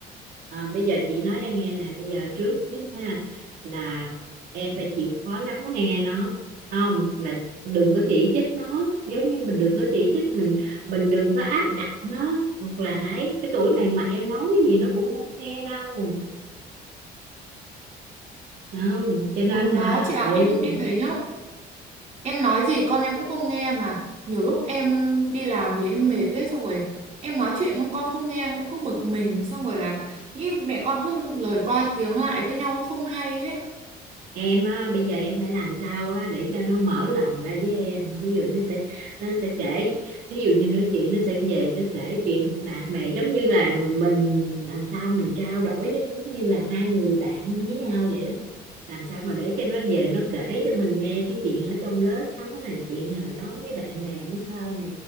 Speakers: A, on the right (about 70°); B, on the right (about 40°).
A: À, bây giờ chị nói em nghe nè, bây giờ trước nhất ha là em phải chịu khó lắng nghe nó. Không, là đừng có chỉ trích nó, giống như mình đừng có chỉ trích mình, mình đừng có áp đặt nó ngược lại. Cái tuổi này mà em nói cái gì nó cũng không nghe đâu. Không, cho nên
B: Ồ
A: hả?
B: đó chị ạ,
A: Ừ,
B: em em thấy nhá, em nói gì con em cũng không nghe mà nhiều lúc em đi làm về em mệt ấy xong rồi em nói chuyện không con không nghe, em cũng bực mình xong rồi là nghĩ mẹ con cứ lời qua tiếng lại với nhau không hay ấy
A: em á, bây giờ em phải làm sao á để cho nó mở lòng ra với em ví dụ nó sẽ nó sẽ kể ví dụ như nó chuyện nó sẽ về nó kể chuyện bạn bè giống như là mình làm sao mình trao đổi với nó như là hai người bạn với nhau vậy đó làm sao mà để cho nó về nó kể cho mình nghe cái chuyện ở trong lớp nó nè chuyện là nó với bạn bè nó sao nè